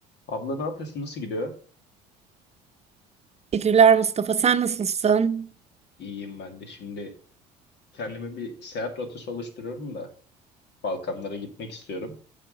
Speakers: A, on the left (about 60°); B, on the right (about 30°).
A: Abla ne yapıyorsun? Nasıl gidiyor?
B: Teşekkürler Mustafa. Sen nasılsın?
A: İyiyim ben de. Şimdi kendime bir seyahat rotası oluşturuyorum da Balkanlara gitmek istiyorum.